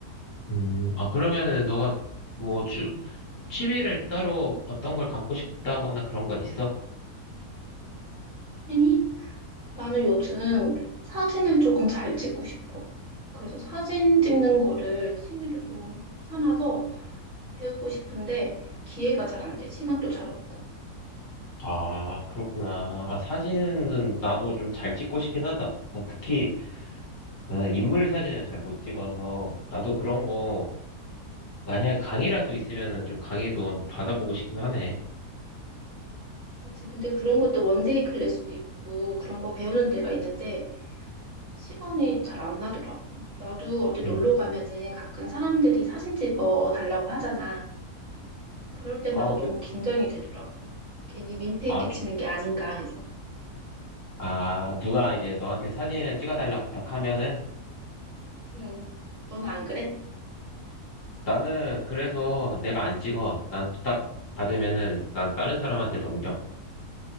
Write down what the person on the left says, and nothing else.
음, 아, 그러면은 너가 뭐 취, 취미를 따로 어떤 걸 갖고 싶다거나 그런 건 있어?
아, 그렇구나. 아, 사진은 나도 좀 잘 찍고 싶긴 하다. 난 특히 나는 인물 사진을 잘 못 찍어서 나도 그런 거 만약에 강의라도 있으면은 좀 강의도 받아보고 싶긴 하네.
응.
어,
그치.
아,
아, 누가 이제 너한테 사진을 찍어달라 부탁하면은
나는 그래서 내가 안 찍어. 난 부탁 받으면은 난 다른 사람한테 넘겨.